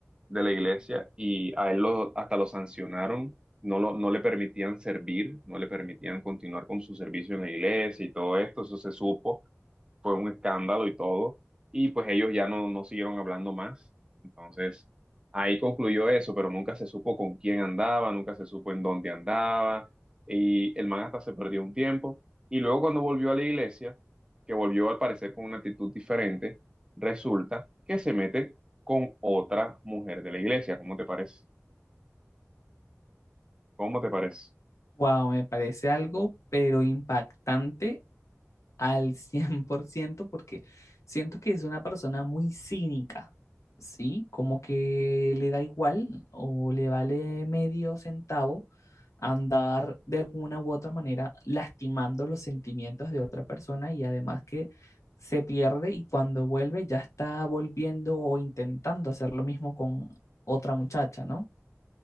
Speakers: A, on the right (about 20°); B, on the left (about 75°).
A: de la iglesia y a él lo, hasta lo sancionaron. No, lo, no le permitían servir, no le permitían continuar con su servicio en la iglesia y todo esto, eso se supo fue un escándalo y todo, y pues ellos ya no, no siguieron hablando más. Entonces, ahí concluyó eso, pero nunca se supo con quién andaba, nunca se supo en dónde andaba, y el man hasta se perdió un tiempo. Y luego cuando volvió a la iglesia, que volvió al parecer con una actitud diferente, resulta que se mete con otra mujer de la iglesia. ¿Cómo te parece? ¿Cómo te parece?
B: Wow, me parece algo, pero impactante al 100% porque siento que es una persona muy cínica, ¿sí? Como que le da igual o le vale medio centavo andar de alguna u otra manera lastimando los sentimientos de otra persona y además que se pierde y cuando vuelve ya está volviendo o intentando hacer lo mismo con otra muchacha, ¿no?